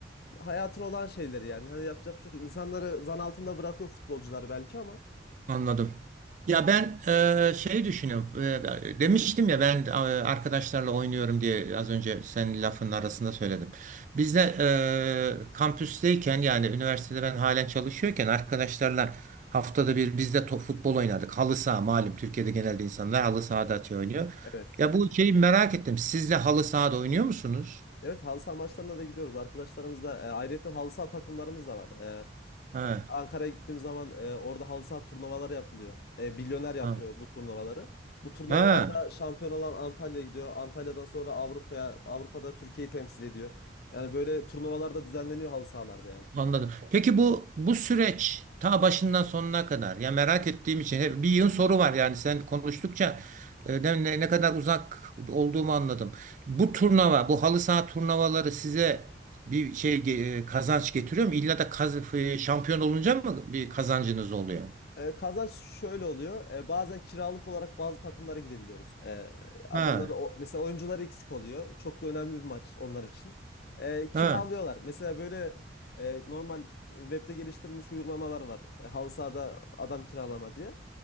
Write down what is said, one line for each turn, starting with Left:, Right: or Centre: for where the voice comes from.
Left: hayatın olan şeyleri yani. Hani yapacak bir şey yok. İnsanları zan altında bırakıyor futbolcuları belki ama.
Right: Anladım. Ya ben e, şey düşünüyorum. E, demiştim ya ben e, arkadaşlarla oynuyorum diye az önce senin lafın arasında söyledim. Biz de e, kampüsteyken yani üniversitede ben halen çalışıyorken arkadaşlarla haftada bir biz de to- futbol oynardık. Halı saha malum Türkiye'de genelde insanlar halı sahada şey oynuyor.
Left: Evet.
Right: Ya bu şeyi merak ettim. Siz de halı sahada oynuyor musunuz?
Left: Evet halı saha maçlarına da gidiyoruz. Arkadaşlarımızla e, ayrıca halı saha takımlarımız da var. E,
Right: Ha.
Left: Ankara'ya gittiğim zaman e, orada halı saha turnuvaları yapılıyor. E, Bilyoner yapıyor
Right: Ha.
Left: bu turnuvaları. Bu turnuvalarda
Right: Ha.
Left: şampiyon olan Antalya gidiyor. Antalya'dan sonra Avrupa'ya, Avrupa'da Türkiye'yi temsil ediyor. Yani böyle turnuvalar da düzenleniyor halı sahalarda yani.
Right: Anladım. Peki bu bu süreç ta başından sonuna kadar ya merak ettiğim için hep bir yığın soru var yani sen konuştukça e, ne, ne ne kadar uzak olduğumu anladım. Bu turnuva, bu halı saha turnuvaları size bir şey ge- e, kazanç getiriyor mu? İlla da kaz- e, şampiyon olunca mı bir kazancınız oluyor?
Left: E, kazanç şöyle oluyor. E, bazen kiralık olarak bazı takımlara gidebiliyoruz. E, adamları
Right: Ha,
Left: o, mesela oyuncuları eksik oluyor. Çok da önemli bir maç onlar için. E, kiralıyorlar.
Right: ha.
Left: Mesela böyle e, normal webde geliştirilmiş uygulamalar var. E, halı sahada adam kiralama diye.